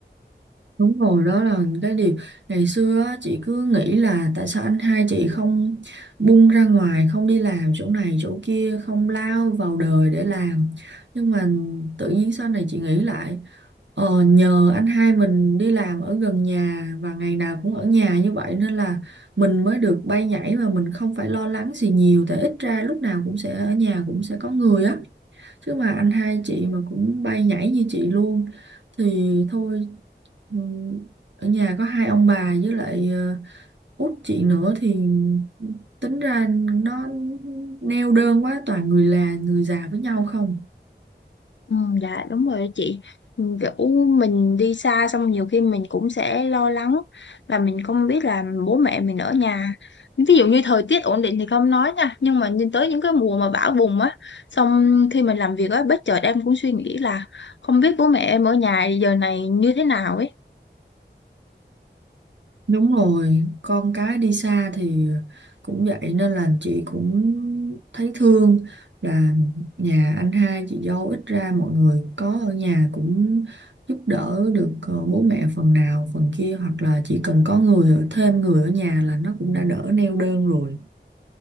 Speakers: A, on the right (about 80°); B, on the left (about 80°).
A: Đúng rồi, đó là cái điều ngày xưa á, chị cứ nghĩ là tại sao anh hai chị không bung ra ngoài, không đi làm chỗ này chỗ kia, không lao vào đời để làm. Nhưng mà tự nhiên sau này chị nghĩ lại, ờ, nhờ anh hai mình đi làm ở gần nhà và ngày nào cũng ở nhà như vậy nên là mình mới được bay nhảy mà mình không phải lo lắng gì nhiều, tại ít ra lúc nào cũng sẽ ở nhà cũng sẽ có người á chứ mà anh hai chị mà cũng bay nhảy như chị luôn thì thôi ừ, ở nhà có hai ông bà với lại ờ, út chị nữa thì tính ra nó neo đơn quá toàn người là người già với nhau không
B: Ừ, dạ đúng rồi đó chị Ừ, kiểu mình đi xa xong nhiều khi mình cũng sẽ lo lắng và mình không biết là bố mẹ mình ở nhà ví dụ như thời tiết ổn định thì không nói nha nhưng mà nhìn tới những cái mùa mà bão bùng á xong khi mình làm việc á bất chợt em cũng suy nghĩ là không biết bố mẹ em ở nhà giờ này như thế nào ấy
A: Đúng rồi, con cái đi xa thì cũng vậy nên là chị cũng thấy thương là nhà anh hai chị dâu ít ra mọi người có ở nhà cũng giúp đỡ được ờ, bố mẹ phần nào phần kia hoặc là chỉ cần có người ở thêm người ở nhà là nó cũng đã đỡ neo đơn rồi.